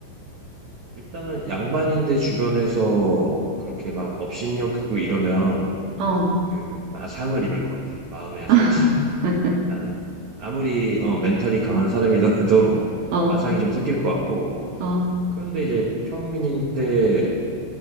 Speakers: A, on the right (about 85°); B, on the right (about 60°).
A: 일단은 양반인데 주변에서 그렇게 막 업신여기고 이러면
B: 어,
A: 그 마상을 입을 것 같아. 마음의 상처.
B: 아, <laughs>
A: 나는 아무리 어, 멘탈이 강한 사람이더라도
B: 어,
A: 마상이 좀 생길 것 같고.
B: 어,
A: 그런데 이제 평민인데